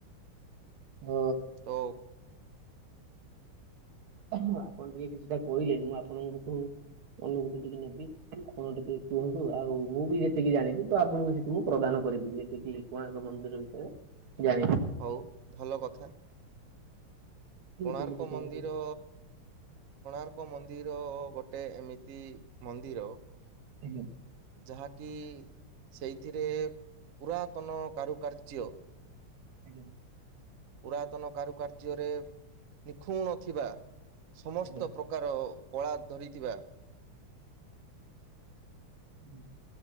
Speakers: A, on the right; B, on the right.
A: ହ।
B: ତ
A: ଆପଣ ଟିକେ କିଛିଟା କହିଲେ, ମୁଁ ଆପଣଙ୍କଠୁ ଅନୁଭୂତି ଟିକେ ନେବି। ଆପଣ ଟିକେ କୁହନ୍ତୁ, ଆଉ ମୁଁ ବି ଯେତିକି ଜାଣିଛିି ତ ଆପଣଙ୍କୁ ସେତିକି ମୁଁ ପ୍ରଦାନ କରିବି। ଯେତିକି କୋଣାର୍କ ମନ୍ଦିର ବିଷୟରେ ଜାଣି
B: ହଉ ଭଲ କଥା। କୋଣାର୍କ
A: କେମିତି କଣ
B: ମନ୍ଦିର କୋଣାର୍କ ମନ୍ଦିର ଗୋଟେ, ଏମିତି ମନ୍ଦିର
A: ଆଜ୍ଞା।
B: ଯାହାକି ସେଇଥିରେ ପୁରାତନ କାରୁକାର୍ଯ୍ୟ
A: ଆଜ୍ଞା।
B: ପୁରାତନ କାରୁକାର୍ଯ୍ୟରେ ନିଖୁଣ ଥିବା ସମସ୍ତ
A: ଆଜ୍ଞା
B: ପ୍ରକାର କଳା ଧରିଥିବା
A: ହୁଁ।